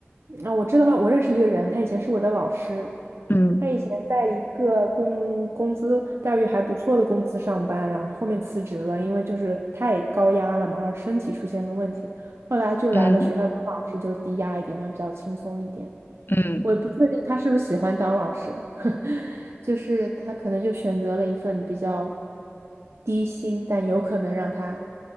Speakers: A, on the right; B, on the left.
A: 啊，我知道，我认识一个人，他以前是我的老师，
B: 嗯
A: 他以前在一个工工资待遇还不错的公司上班，然后后面辞职了，因为就是太高压了嘛，然后身体出现了问题，后来就来了学校当老师，
B: 嗯
A: 就低压一点嘛，比较轻松一点。
B: 嗯，
A: 我也不确定他是不是喜欢当老师，<laughs> 就是他可能就选择了一份比较低薪，但有可能让他